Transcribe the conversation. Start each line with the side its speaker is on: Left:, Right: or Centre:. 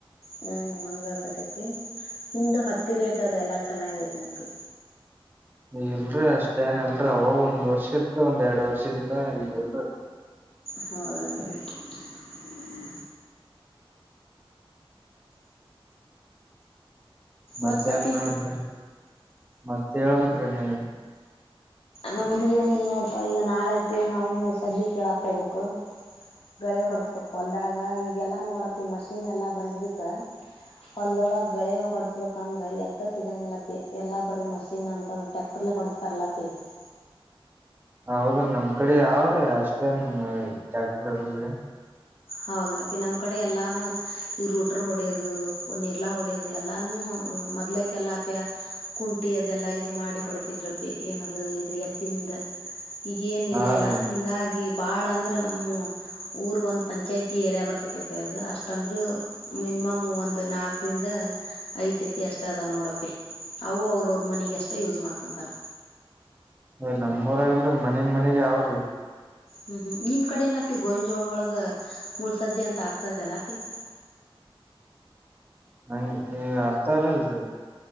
Left: ಹ್ಮ್ ಹಂಗಕತಿಪಿ ನಿಮ್ದು ಹತ್ತಿ ರೇಟ್ ಅದ ಎಲ್ಲಾ ಚೆನ್ನಾಗ್ಐತಿ ನಪಿ
Right: <inaudible> ಈಗಲ್ರೀ ಅಷ್ಟೇಏನಲ್ರ ಅವ ಒಂದ್ ವರ್ಷ ತ್ರಿ ಒಂದ್ ಎರಡ್ ವರ್ಷದಿಂದ ಈಗಲ್ರ
Left: ಹೌ ನನಕ್ಕೆ <unintelligible>
Right: ಮತ್ತೆ
Left: ಮತ್ತಪಿ
Right: ನ್ ನಡ್ದೆ ಮತ್ತ ಹೇಳ್ಬೇಕ್ರೀ ನೀವ
Left: ನಮ್ದಿ ಏನಿಲ್ ನೋಡ್ತಾ ಈಗ ನಾಳೆ ಇರ್ತೀವಿ ನಾವು ಮೂರ್ ಸಜ್ಜೆ ಕೇಳಕ್ ಹೋಗ್ಬೇಕು ಗಳೆ ಹೊಡಸ್ಬೇಕು ಅಂದಾಗ ಈಗೆಲ್ಲಾ ನೋಡಪ್ಪ ಈ ಮಷೀನ್ ಎಲ್ಲಾ ಬಂದಿದಕ್ಕ ಒಂದೊಳಗ್ ಗಳಿ ಹೊಡ್ಸ್ಬೇಕಂದ್ರೆ ಎತ್ತ ಸಿಗಂಗಿಲ್ಲ ಪ ಎಲ್ಲಾ ಬರೀ ಮಷೀನ್ ಅಂತಂದ್ರ ಟ್ಯಾಕ್ಟರ್ ಕೊಡತಾರಲ್ಲಪಿ <unintelligible>
Right: ಹೌದ್ರಿ ನಮ್ ಕಡೆ ಯಾವ್ರಿ ಅಷ್ಟೇ ಡಾಕ್ಟರ್ ಎಲ್ರರಿ
Left: ಹೌದಣ ಅಪ್ಪಿ ನಮ್ ಕಡೆ ಎಲ್ಲಾನು ಈ ರೂಟರ್ ಹೊಡೆಯೋದು ನೀೇರ್ಲಾ ಹೊಡೋದು ಎಲ್ಲಾನು ಮೊದ್ಲಕ್ಕೆಲ್ಲಾಪ ಕುಂಟಿ ಅದೆಲ್ಲಾ ಇದು ಮಾಡಿ ಹೊಡೆತಿದ್ರ ಪಿ ಏನದ ಇದು ಎತ್ತಿನ ಈಗೇನ
Right: ಹಾ
Left: ಇಲ್ಲ ಇಲ್ಲ
Right: ರೀ
Left: ಹಿಂಗಾಗಿ ಬಾಳ ಅಂದ್ರೆ ನಮ್ಮ ಊರ್ ಒಂದ್ ಪಂಚಾಯತಿ ಏರಿಯಾ ಬರ್ತತಿ ಅದು ಅಷ್ಟ ಅಂದ್ರರು ಮಿನಿಮಮ್ ಒಂದು ನಾಲ್ಕರಿಂದ ಐದ್ ಜೊತಿ ಅಷ್ಟೇ ಅದಾವ್ ನೋಡಪೆ ಅವು ಅವ್ರ ಅವ್ರ ಮನಿಗ್ ಅಷ್ಟ ಯೂಸ್ ಮಾಡ್ಕೊಂತಾರ
Right: ಏ ನಮ್ಮೂರಾಗಲ್ರರಿ ಮನ ಮನೆಗೆ ಅವಾವ್ರಿ
Left: ಹ್ಮ್ ಹ್ಮ್ ನಿಮ್ ಕಡೆ ನಪಿ ಗೋಂಜೋಳ ಒಳಗ ಮುಳ್ಸಜ್ಜೆ ಅಂತ ಆಗ್ತಾದೆಲ್ಲಪಿ
Right: <inaudible> ನ ಈ ಅರ್ಥ ಅಲ್ಲಲ್ರಿ